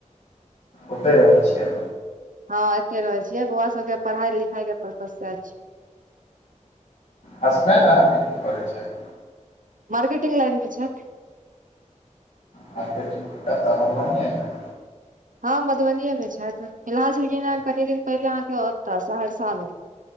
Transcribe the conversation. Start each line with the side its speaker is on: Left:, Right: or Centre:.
Left: ओतहि रहैय छियै।
Right: हां एते रहे छियै, बौआ सभ के पढ़ाई-लिखाई के परपसल से आयल छियै।
Left: हसबैंड अहाँके कि करै छथि।
Right: मार्केटिंग लाइन में छैय।
Left: मार्केटिंग में कतय मधुबनिएमे
Right: हां मधुबनिएमे छथि, फिलहाल चल गेलै कनि दिन पहिले अहाँके ओतय सहरसामे